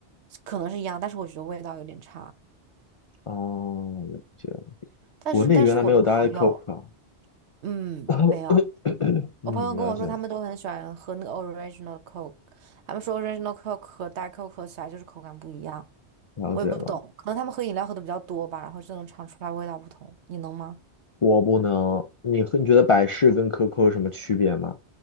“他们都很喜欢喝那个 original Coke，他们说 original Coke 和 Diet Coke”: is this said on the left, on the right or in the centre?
Right